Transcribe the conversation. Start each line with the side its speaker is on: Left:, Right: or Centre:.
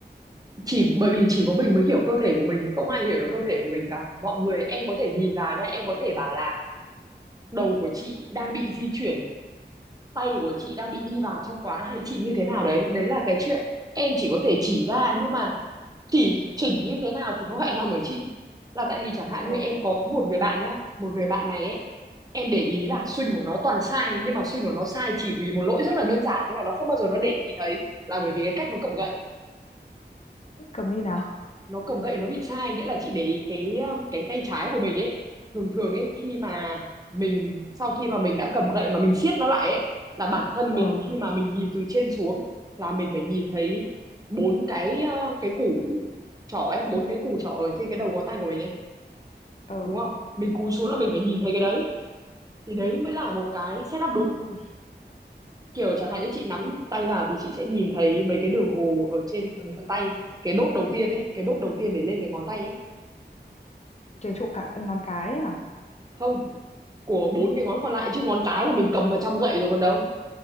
Right: chỉ bởi vì chỉ có mình mới hiểu cơ thể của mình không ai hiểu được cơ thể của mình cả mọi người em có thể nhìn vào nhá em có thể bảo là đầu của chị đang bị di chuyển tay của chị đang bị đi vào trong quá hay chị như thế nào đấy đấy là cái chuyện em chỉ có thể chỉ ra nhưng mà chỉ chỉnh như thế nào thì nó lại nằm ở chị là tại vì chẳng hạn
Left: Ờ,
Right: như em có một người bạn nhá một người bạn này ấy em để ý là swing của nó toàn sai nhưng mà swing của nó sai chỉ vì một lỗi rất là đơn giản nhưng mà nó không bao giờ nó để ý thấy là bởi vì cái cách nó cầm gậy
Left: cầm như nào?
Right: nó cầm gậy nó bị sai nghĩa là chị để ý cái um, cái tay trái của mình ấy thường thường ấy khi mà mình sau khi mà mình đã cầm gậy mà mình siết nó lại ấy là bản thân
Left: Ờ,
Right: mình khi mà mình nhìn từ trên xuống là mình phải nhìn thấy bốn cái uh, cái củ trỏ ấy bốn cái củ trỏ ở trên cái đầu ngón tay của mình ấy
Left: ờ,
Right: đúng không mình cúi xuống là mình phải nhìn thấy cái đấy thì đấy mới là một cái setup đúng
Left: Ui,
Right: kiểu chẳng hạn như chị nắm tay vào thì chị sẽ nhìn thấy mấy cái đường gồ ở trên bàn tay cái đốt đầu tiên ấy cái đốt đầu tiên để lên cái ngón tay ấy
Left: cái chỗ cả ngón cái ấy hả?
Right: không của bốn cái ngón còn lại chứ ngón cái là mình cầm vào trong gậy rồi còn đâu